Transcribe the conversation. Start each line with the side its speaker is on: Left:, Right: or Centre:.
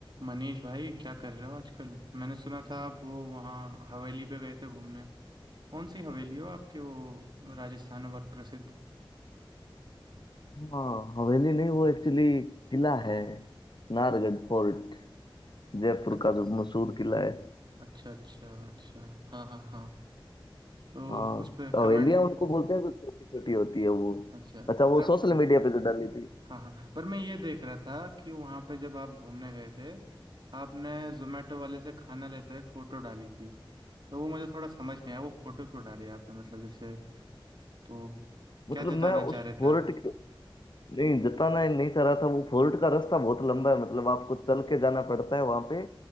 Right: मनीष भाई क्या कर रहे हो आजकल मैंने सुना था आप वो वहाँ हवेली पे गए थे घूमने कौन सी हवेली हो आपके वो राजस्थान में बहुत प्रसिद्ध
Left: हाँ हवेली नहीं वो एक्चुअली किला है नाहरगढ़ फोर्ट जयपुर
Right: अ-
Left: का जो मशहूर किला है
Right: अच्छा अच्छा अच्छा हाँ हाँ हाँ तो
Left: हाँ
Right: उस पे
Left: हवेलियां
Right: कमेंट
Left: उनको बोलते हैं जो छोटी छोटी होती है वो
Right: अच्छा
Left: अच्छा वो
Right: और
Left: सोशल मीडिया पे जो डाली थी
Right: हाँ हाँ पर मैं ये देख रहा था कि वहाँ पे जब आप घूमने गए थे आपने जोमेटो वाले से खाना लेते हुए एक फ़ोटो डाली थी तो वो मुझे थोड़ा समझ नहीं आया वो फ़ोटो क्यों डाली आपने मतलब जैसे तो
Left: मतलब
Right: क्या जताना
Left: मैं
Right: चाह
Left: उस
Right: रहे
Left: फोर्ट
Right: थे
Left: के नहीं जताना ही नहीं चाह रहा था वो फोर्ट का रास्ता बहुत लंबा है मतलब आपको चल के जाना पड़ता है वहां पे